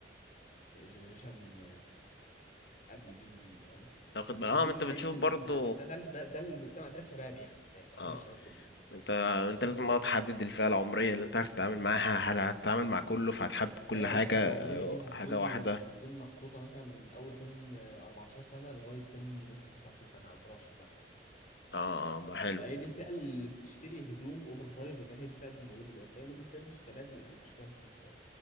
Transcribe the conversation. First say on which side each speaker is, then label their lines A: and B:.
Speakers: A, on the left; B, on the left.
A: جنريشن قبل جين زي فاهم
B: تاخد بالك
A: يعني
B: اه
A: دول
B: ما انت
A: اللي
B: بتشوف
A: هيشتروا
B: برضو
A: ده ده ده ده, ده, ده المجتمع ده الشباب يعني من الآخر،
B: اه
A: دول الشباب كله
B: انت انت لازم بقى تحدد الفئة العمرية اللي انت عايز تتعامل معاها هل هتتعامل مع كله فهتحدد كل
A: ما هي
B: حاجة
A: الفئة
B: آه،
A: العمرية دي هتكون
B: حاجة واحدة
A: من هتكون محطوطة مثلا من أول سن آه، 14 سنة لغاية سن مثلا 25 سنة أو 27 سنة
B: اه اه ما حلو
A: هي دي الفئة اللي بتشتري هدوم أوفر سايز وكان هي دي الفئة اللي موجودة دلوقتي فهي دي الفئة بس كبات اللي هيبقى شكلها مختلف شوية